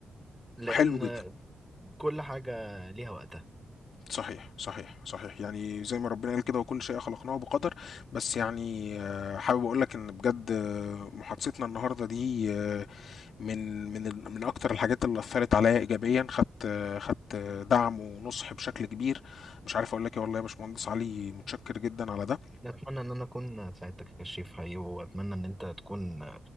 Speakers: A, in the centre; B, on the left.
A: لان
B: حلو جدا
A: كل حاجة ليها وقتها
B: صحيح صحيح صحيح يعني زي ما ربنا قال كده وكل شيء خلقناه بقدر بس يعني آه، حابب اقول لك ان بجد آه، محادثتنا النهارده دي آه، من من ال- من اكتر الحاجات اللي اثرت عليا ايجابيا خدت آه، خدت آه، دعم ونصح بشكل كبير مش عارف اقول لك ايه والله يا باشمهندس علي متشكر جدا على ده
A: أتمنى إن أنا أكون ساعدتك يا شريف حقيقي وأتمنى إن أنت تكون